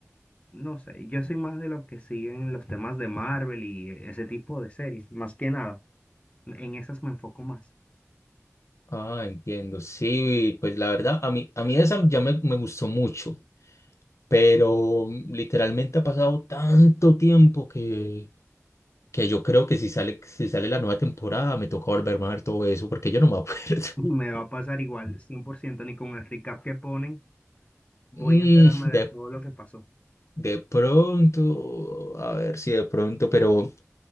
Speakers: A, on the left; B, on the left.
A: no sé. Yo soy más de los que siguen los temas de Marvel y e, ese tipo de series, más que nada. En esas me enfoco más.
B: Ah, entiendo. Sí, pues la verdad, a mí, a mí esa ya me, me gustó mucho, pero mm, literalmente ha pasado tanto tiempo que que yo creo que si sale, si sale la nueva temporada me toca volverme a ver todo eso porque yo no me acuerdo.
A: <laughs> Me
B: <laughs>
A: va a pasar igual, 100%. ni con el recap que ponen, voy
B: Mm,
A: a enterarme de
B: de,
A: todo lo que pasó.
B: de pronto, a ver si de pronto, pero,